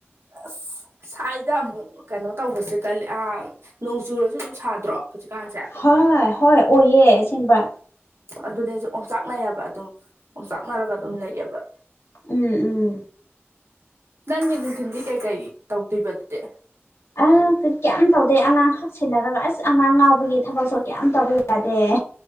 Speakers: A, on the right; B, on the left.
A: ꯑꯁ ꯁꯥꯏꯗ ꯑꯃꯨꯛ ꯀꯩꯅꯣ ꯇꯧꯕꯁꯦ ꯀꯜꯂꯤ ꯑ ꯅꯣꯡꯆꯨꯔꯁꯨ ꯑꯗꯨꯝ ꯁꯥꯗ꯭ꯔꯣ꯫ ꯍꯨꯖꯤꯛꯀꯥꯟꯁꯦ꯫
B: ꯍꯣꯏ ꯍꯣꯏ ꯑꯣꯏꯌꯦ ꯑꯁꯤꯡꯕ꯫
A: ꯑꯗꯨꯗꯤ ꯑꯩꯁꯨ ꯑꯣꯝꯆꯥꯛꯅꯩ ꯍꯥꯏꯕ ꯑꯗꯨꯝ ꯑꯣꯝꯆꯥꯛꯅꯔꯒ ꯑꯗꯨꯝ ꯂꯩꯑꯕ
B: ꯎꯝ ꯎꯝ
A: ꯅꯪꯒꯤ ꯅꯨꯡꯊꯤꯜꯗꯤ ꯀꯩꯀꯩ ꯇꯧꯗꯣꯏꯕ ꯑꯗꯨꯗꯤ
B: ꯑ ꯀꯌꯥꯝ ꯇꯧꯗꯦ ꯑꯉꯥꯡꯈꯛ ꯁꯦꯟꯅꯔꯒ ꯑꯁ ꯑꯉꯥꯡ ꯉꯥꯎꯕꯒꯤ ꯊꯕꯛꯁꯨ ꯀꯌꯥꯝ ꯇꯧꯕ ꯌꯥꯗꯦ